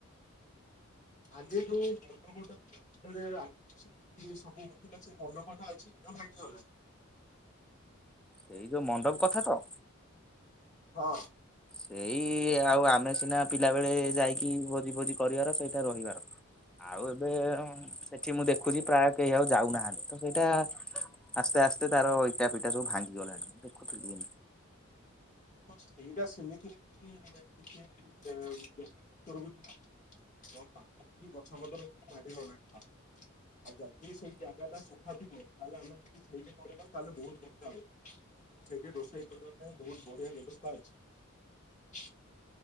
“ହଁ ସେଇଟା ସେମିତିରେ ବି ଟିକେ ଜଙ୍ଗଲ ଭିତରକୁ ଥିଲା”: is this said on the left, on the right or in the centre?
Left